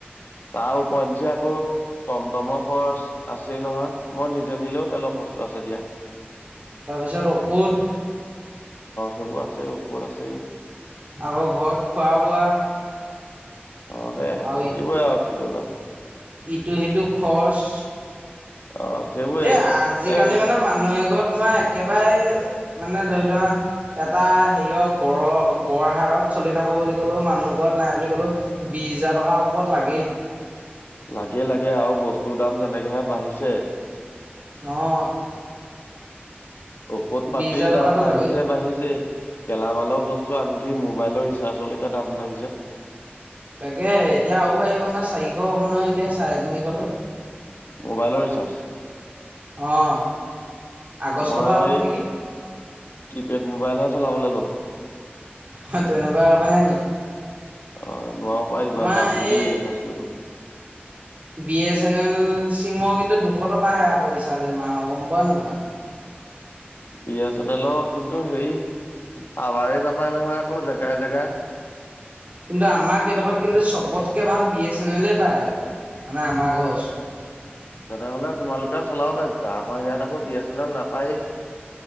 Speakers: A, on the left; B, on the right.
A: তাৰ উপৰঞ্চি আকৌ টমটমৰ খৰচ আছেই নহয়। মই নিজে নিলেও, তেলৰ খৰচটো আছে দিয়া। অ'!
B: তাৰপিছত ঔষধ
A: সেইবোৰ আছে, ঔষধ আছে।
B: আকৌ, ঘৰত খোৱা বোৱা।
A: অ'! সে
B: আৰু
A: থাকিবই আৰু কি কৰিবা।
B: ইটো সিটো খৰচ
A: অ সেইবোৰেই
B: এ, আজিকালি
A: এ
B: মানে, মানুহ এঘৰ তোমাৰ একেবাৰে মানে, ধৰি লোৱা এটা হেৰিয় গঁড়ৰ গঁড় হাৰত চলি থাকোঁ বুলি ক'লেও মানুহ ঘৰত নাই বুলি ক'লেও বিশ হাজাৰ টকাৰ ওপৰত লাগে।
A: লাগে, লাগে, আৰু বস্তুৰ দাম যেনেকেহে বাঢ়িছে।
B: অ'!
A: ঔষধ পাতিৰ
B: বিশ হাজাৰ
A: দাম
B: টকা এটা
A: বাঢ়িছে,
B: লাগেই
A: বাঢ়িছেই, গেলামালৰ বস্তু, আনকি মোবাইলৰ ৰিচাৰ্জলৈকে, দাম বাঢ়িছে।
B: তাকে, এতিয়া আৰু বাঢ়িব নহয়, চাৰিশ হ'ব নহয় এতিয়া চাৰে তিনিশটো।
A: মোবাইলৰ ৰিচাৰ্জ?
B: অ আগষ্টৰ
A: মই
B: পৰা
A: আৰু
B: হ'ব
A: এই
B: নেকি
A: কিপেড মোবাইলহে চলাবলৈ ল'ম।
B: অ'! তেনেকুৱা কথা হে নি?
A: অ'! নোৱাৰোঁ পাই ইমান
B: তোমাৰ
A: দাম দি
B: এই
A: দি ৰিচাৰ্জ কৰিব।
B: বি এ চেনেল চিমৰ কিন্তু, দুশ টকাহে আকৌ, এমাহৰ ৰিচাৰ্জ। গম পোৱা নোপোৱা?
A: বি এ চেনেলৰ কিন্তু, সেই টাৱাৰে নাপায় নহয় আকৌ, জেগাই জেগাই।
B: কিন্তু, আমাৰ সেইডোখৰত কিন্তু, চবতকে ভাল বি এ চেনেলে পায় আকৌ। মানে, আমাৰ ঘৰ ওচ
A: তেনেহ'লে, তোমালোকে চলাব পাৰিবা। আমাৰ ইয়াত আকৌ, বি এ চেনেল নাপায়ে।